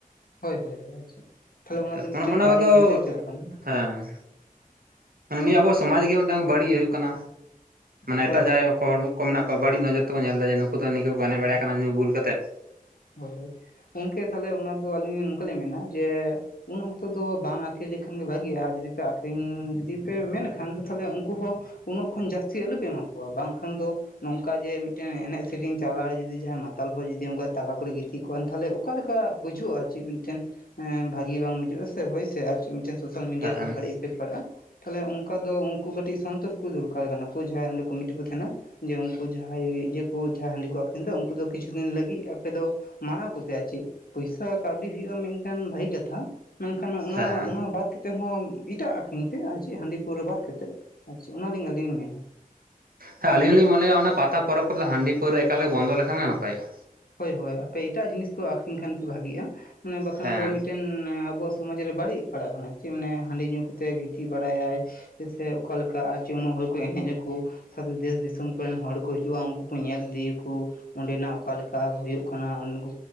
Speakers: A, on the left (about 75°); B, on the right (about 80°).
A: ᱦᱳᱭ ᱦᱳᱭ ᱟᱪᱪᱷᱟ ᱛᱟᱦᱞᱮ ᱚᱱᱟ
B: ᱛᱚ
A: ᱫᱚ ᱢᱤᱫᱴᱮᱱ
B: ᱚᱱᱮ
A: ᱵᱟᱹᱲᱤᱡ
B: ᱠᱚᱫᱚ
A: ᱢᱮᱥᱮᱡ ᱪᱟᱞᱟᱜ ᱠᱟᱱᱟ᱾
B: ᱦᱮᱸ ᱢᱟᱱᱮ ᱱᱤᱭᱟᱹ ᱟᱵᱚ ᱥᱚᱢᱟᱡ ᱜᱮ ᱢᱤᱫᱴᱟᱝ ᱵᱟᱹᱲᱤᱡ ᱦᱩᱭᱩᱜ ᱠᱟᱱᱟ ᱢᱟᱱᱮ
A: ᱦᱳᱭ
B: ᱮᱴᱟᱜ
A: ᱦᱳᱭ
B: ᱡᱟᱦᱟᱸᱭ ᱦᱚᱲ ᱠᱚ ᱢᱮᱱᱟᱜ ᱠᱚᱣᱟ ᱵᱟᱹᱲᱤᱡ ᱱᱚᱡᱚᱨ ᱛᱮᱠᱚ ᱧᱮᱞ ᱮᱫᱟ ᱡᱮ ᱱᱩᱠᱩ ᱫᱚ ᱱᱤᱝᱠᱟᱹ ᱠᱚ ᱮᱱᱮᱡ
A: ᱦᱳᱭ
B: ᱵᱟᱲᱟᱭ ᱠᱟᱱᱟ ᱧᱩ ᱵᱩᱞ ᱠᱟᱛᱮᱫ᱾
A: ᱦᱳᱭ ᱦᱳᱭ ᱜᱚᱢᱠᱮ ᱛᱟᱦᱞᱮ ᱚᱱᱟ ᱫᱚ ᱟᱹᱞᱤᱧ ᱱᱚᱝᱠᱟᱞᱤᱧ ᱢᱮᱱᱟ ᱡᱮ ᱩᱱ ᱚᱠᱛᱚ ᱫᱚ ᱵᱟᱝ ᱟᱠᱷᱨᱤᱧ ᱞᱮᱠᱷᱟᱱ ᱜᱮ ᱵᱷᱟᱜᱤᱜᱼᱟ ᱟᱨ ᱡᱩᱫᱤ ᱯᱮ ᱟᱠᱷᱨᱤᱧ ᱡᱩᱫᱤ ᱯᱮ ᱢᱮᱱ ᱠᱷᱟᱱ ᱫᱚ ᱛᱟᱦᱞᱮ ᱩᱱᱠᱩ ᱦᱚᱸ ᱩᱱᱟᱹᱜ ᱠᱷᱚᱱ ᱡᱟᱹᱥᱛᱤ ᱟᱞᱚ ᱯᱮ ᱮᱢᱟ ᱠᱚᱣᱟ ᱵᱟᱝᱠᱷᱟᱱ ᱫᱚ ᱱᱚᱝᱠᱟ ᱡᱮ ᱢᱤᱫᱴᱮᱱ ᱮᱱᱮᱡ ᱥᱮᱨᱮᱧ ᱛᱟᱞᱟᱨᱮ ᱡᱩᱫᱤ ᱡᱟᱦᱟᱸᱭ ᱢᱟᱛᱟᱞ ᱦᱚᱲ ᱡᱩᱫᱤ ᱚᱱᱠᱟ ᱛᱟᱞᱟ ᱠᱚᱨᱮ ᱜᱤᱛᱤᱡ ᱠᱚᱜᱟᱱ ᱛᱟᱦᱚᱞᱮ ᱚᱠᱟ ᱞᱮᱠᱟ ᱵᱩᱡᱷᱟᱹᱜᱼᱟ ᱪᱮᱫ ᱢᱤᱫᱴᱮᱱ ᱵᱷᱟᱹᱜᱤ ᱵᱟᱝ ᱵᱩᱡᱷᱟᱹᱜᱼᱟ ᱥᱮ ᱦᱳᱭ ᱥᱮ ᱟᱨ ᱪᱮᱫ ᱢᱤᱫᱴᱮᱱ ᱥᱳᱥᱟᱞ ᱢᱤᱰᱤᱭᱟ
B: ᱦᱮᱸ
A: ᱨᱮᱦᱚᱸ ᱵᱟᱹᱲᱤᱡ ᱮᱯᱷᱮᱠᱴ ᱯᱟᱲᱟᱜᱼᱟ᱾ ᱛᱟᱦᱚᱞᱮ ᱚᱱᱠᱟ ᱫᱚ ᱩᱱᱠᱩ ᱠᱟᱹᱴᱤᱡ ᱥᱚᱱᱛᱚᱨ ᱠᱚ ᱫᱚᱨᱠᱟᱨ ᱠᱟᱱᱟ ᱠᱚ ᱡᱟᱦᱟᱸᱭ ᱚᱸᱰᱮ ᱠᱚᱢᱤᱴᱤ ᱠᱚ ᱛᱟᱦᱮᱱᱟ, ᱡᱮ ᱩᱱᱠᱩ ᱡᱟᱦᱟᱸᱭ ᱤᱭᱟᱹ ᱠᱚ ᱡᱟᱦᱟᱸᱭ ᱦᱟᱺᱰᱤ ᱠᱚ ᱟᱠᱷᱨᱤᱧ ᱫᱚ ᱩᱱᱠᱩ ᱫᱚ ᱠᱤᱪᱷᱩ ᱫᱤᱱ ᱞᱟᱹᱜᱤᱫ ᱟᱯᱮ ᱫᱚ ᱢᱟᱱᱟ ᱠᱚᱯᱮ ᱟᱨ ᱪᱮᱫ᱾ ᱯᱚᱭᱥᱟ ᱠᱟᱹᱣᱰᱤ ᱦᱩᱭᱩᱜᱼᱟ ᱢᱮᱱᱠᱷᱟᱱ ᱵᱷᱟᱹᱜᱤ ᱠᱟᱛᱷᱟ, ᱢᱮᱱᱠᱷᱟᱱ ᱚᱱᱟ
B: ᱦᱮᱸ ᱦᱮᱸ
A: ᱚᱱᱟ ᱵᱟᱫ ᱠᱟᱛᱮᱫ ᱦᱚᱸ ᱮᱴᱟᱜ ᱟᱠᱷᱨᱤᱧ ᱯᱮ ᱟᱨ ᱪᱮᱫ ᱦᱟᱺᱰᱤ ᱯᱟᱹᱣᱨᱟᱹ ᱵᱟᱫ ᱠᱟᱛᱮᱫ᱾ ᱟᱪᱪᱷᱟ ᱚᱱᱟᱞᱤᱧ ᱟᱹᱞᱤᱧ ᱞᱤᱧ ᱢᱮᱱᱟ᱾
B: ᱦᱮᱸ ᱟᱞᱤᱧ ᱦᱚ ᱞᱤᱧ ᱢᱚᱱᱮᱭᱟ ᱚᱱᱟ ᱯᱟᱛᱟ ᱯᱚᱨᱚᱵᱽ ᱠᱚᱨᱮᱫᱚ ᱦᱟᱺᱰᱤ ᱯᱟᱹᱨᱣᱟᱹ ᱮᱠᱟᱞ ᱜᱮ ᱵᱚᱱᱫᱚ ᱞᱮᱠᱷᱟᱱ ᱜᱮ ᱱᱟᱯᱟᱭᱚᱜᱼᱟ᱾
A: ᱦᱳᱭ ᱦᱳᱭ ᱟᱯᱮ ᱮᱴᱟᱜ ᱡᱤᱱᱤᱥ ᱠᱚ ᱟᱠᱷᱨᱤᱧ ᱠᱷᱟᱱ ᱯᱮ ᱵᱷᱟᱜᱤᱜᱼᱟ ᱢᱟᱱᱮ ᱵᱟᱠᱷᱟᱱ
B: ᱦᱮᱸ
A: ᱫᱚ ᱢᱤᱫᱴᱮᱱ ᱢᱟᱱᱮ ᱟᱵᱚᱣᱟᱜ ᱥᱚᱢᱟᱡ ᱨᱮ ᱵᱟᱹᱲᱤᱡ ᱯᱟᱲᱟᱜ ᱠᱟᱱᱟ ᱪᱮᱫ ᱢᱟᱱᱮ ᱦᱟᱺᱰᱤ ᱧᱩ ᱠᱟᱛᱮᱫ ᱜᱤᱛᱤᱡ ᱵᱟᱲᱟᱭᱟᱭ ᱦᱮᱸᱥᱮ ᱚᱠᱟᱞᱮᱠᱟ ᱟᱨ ᱡᱮ ᱩᱱᱟᱹᱜ ᱦᱚᱲ ᱠᱚ ᱮᱱᱮᱡ ᱟᱠᱚ ᱥᱟᱶᱛᱮ ᱫᱮᱥ ᱫᱤᱥᱚᱢ ᱠᱚᱨᱮᱱ ᱦᱚᱲ ᱠᱚ ᱦᱤᱡᱩᱜᱼᱟ ᱩᱱᱠᱩ ᱧᱮᱞ ᱤᱫᱤᱭᱟᱠᱚ ᱚᱸᱰᱮᱱᱟᱜ ᱚᱠᱟᱞᱮᱠᱟ <unintelligible> ᱦᱩᱭᱩᱜ ᱠᱟᱱᱟ ᱩᱱᱠᱩ